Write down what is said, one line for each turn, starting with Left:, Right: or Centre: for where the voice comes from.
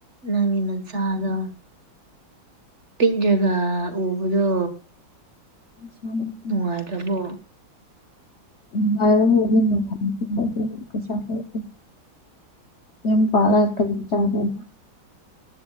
Right: ꯅꯪꯒꯤ ꯅꯆꯥꯥꯗꯣ ꯇꯤꯟ ꯖꯒꯥ ꯎꯕꯗꯣ
Left: <unintelligible>
Right: ꯅꯨꯡꯉꯥꯏꯇꯔꯥꯕꯣ
Left: <unintelligible> ꯌꯦ ꯄꯥꯂ ꯀꯔꯤ ꯆꯗꯅ